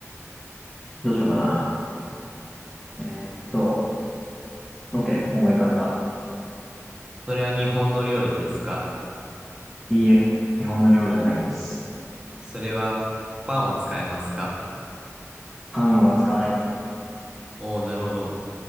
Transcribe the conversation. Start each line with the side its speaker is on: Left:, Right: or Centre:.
Centre: どうしようかな。えーっと、OK、思い浮かべた。
Right: それは日本の料理ですか
Centre: いいえ、日本の料理じゃないです。
Right: それはパンを使いますか
Centre: パンは使わない。
Right: おおー、なるほど。